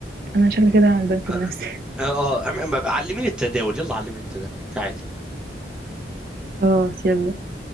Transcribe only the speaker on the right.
انا شكلي كده هعمل بنك
لنفسي
<laughs> خلاص يلا